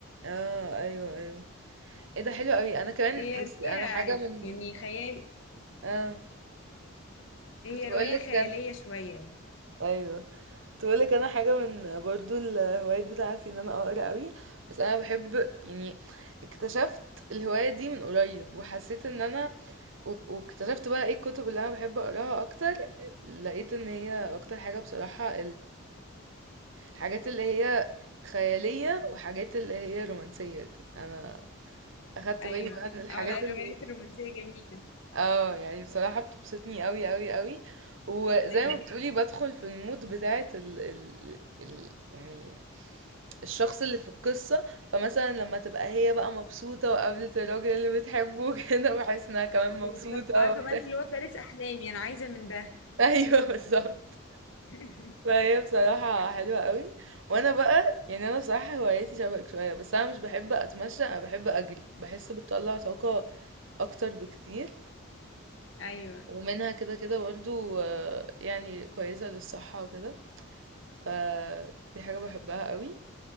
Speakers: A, on the right; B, on the left.
A: اه ايوه ايوه ايه ده حلو قوي انا كمان
B: هي
A: بس
B: رواية
A: انا حاجة
B: ع-
A: من
B: يعني خيال
A: اه
B: هي
A: كنت بقول
B: رواية
A: لك
B: خيالية
A: كان
B: شوية يعني
A: ايوه كنت بقول لك انا حاجة من برضو الهوايات بتاعتي ان انا اقرا قوي بس انا بحب يعني اكتشفت الهواية دي من قريب وحسيت ان انا و- واكتشفت بقى ايه الكتب اللي انا بحب اقراها اكتر لقيت ان هي اكتر حاجة بصراحة حاجات اللي هي خيالية وحاجات اللي هي رومانسية دي انا اخدت
B: ايوه
A: بالي بقى ان الحاجات
B: او لا الروايات
A: اللي
B: الرومانسية جميلة
A: اه يعني بصراحة بتبسطني قوي قوي قوي وزي
B: ايوه
A: ما بتقولي بدخل في المود بتاعت ال... ال... ال... يعني الشخص اللي في القصة فمثلا لما تبقى هي بقى مبسوطة وقابلت الراجل اللي بتحبه <laughs> كده بحس انها كمان
B: بالظبط
A: مبسوطة
B: عارفة
A: وبتاع.
B: بقى انت اللي هو فارس احلامي انا عايزة من ده
A: ايوه بالظبط
B: <laughs>
A: فهي بصراحة حلوة قوي وانا بقى يعني انا بصراحة هوايتي شبهك شوية بس انا مش بحب اتمشى انا بحب اجري بحس بتطلع طاقة اكتر بكتير
B: ايوه
A: ومنها كده كده برضو آه، يعني كويسة للصحة وكده فدي حاجة بحبها قوي